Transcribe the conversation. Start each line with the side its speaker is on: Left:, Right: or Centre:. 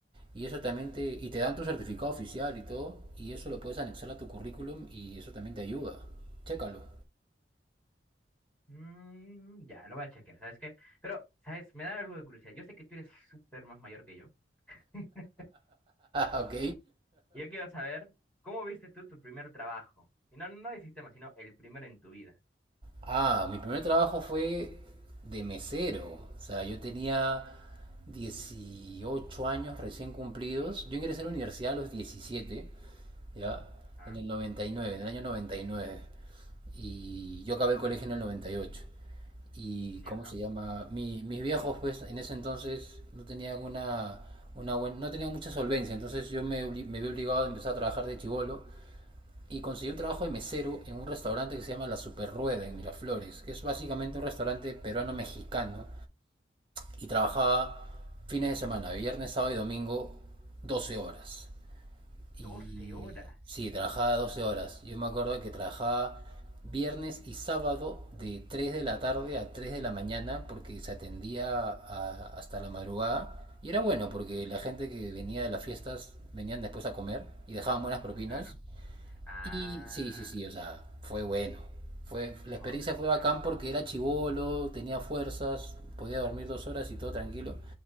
Right: y eso también te, y te dan tu certificado oficial y todo, y eso lo puedes anexar a tu currículum y eso también te ayuda. Chécalo.
Centre: Mm, ya, lo voy a chequear, ¿sabes qué? Pero, ¿sabes? Me da algo de curiosidad. Yo sé que tú eres súper más mayor que yo. <laughs>
Right: <laughs> Ok.
Centre: Y yo quiero saber, ¿cómo viste tú tu primer trabajo? Y no, no de sistema, sino el primero en tu vida.
Right: Ah, mi primer trabajo fue de mesero. O sea, yo tenía 18 años recién cumplidos. Yo ingresé a la universidad a los 17, ¿ya?
Centre: ¿Ah?
Right: En el 99, en el año noventa Y nueve, y yo acabé el colegio en el noventa Y, ocho. Y
Centre: Ya,
Right: ¿cómo se llama? Mi- mis viejos, pues, en ese entonces no tenían una, una buen- no tenían mucha solvencia. Entonces yo me, obli- me vi obligado a empezar a trabajar de chivolo y conseguí un trabajo de mesero en un restaurante que se llama La Super Rueda en Miraflores, que es básicamente un restaurante peruano-mexicano y trabajaba fines de semana, viernes, sábado y domingo, 12 horas. Y
Centre: doce horas.
Right: sí, trabajaba 12 horas. Yo me acuerdo que trabajaba viernes y sábado de 3 de la tarde a 3 de la mañana porque se atendía a- hasta la madrugada. Y era bueno porque la gente que venía de las fiestas venían después a comer y dejaban buenas propinas.
Centre: claro. Ah,
Right: Y sí, sí, sí, o sea, fue bueno. Fue, la
Centre: oh,
Right: experiencia
Centre: genial.
Right: fue bacán porque era chivolo, tenía fuerzas, podía dormir dos horas y todo tranquilo.